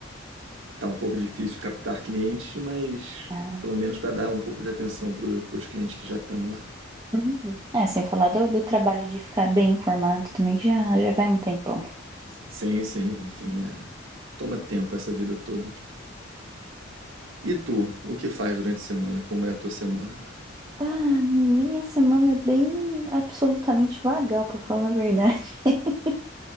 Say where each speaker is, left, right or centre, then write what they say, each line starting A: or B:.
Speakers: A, on the right; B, on the right.
A: tá um pouco difícil captar clientes, mas
B: Ah,
A: pelo menos para dar um pouco de atenção para os clientes que já estão em lá.
B: Uhum. É, sem falar do, do trabalho de ficar bem informado também, que já, já vai um tempão.
A: Sim, sim, enfim, é... toma tempo essa vida toda. E tu, o que faz durante a semana? Como é a tua semana?
B: Ah, minha semana é bem absolutamente vagal, pra falar a verdade. <laughs>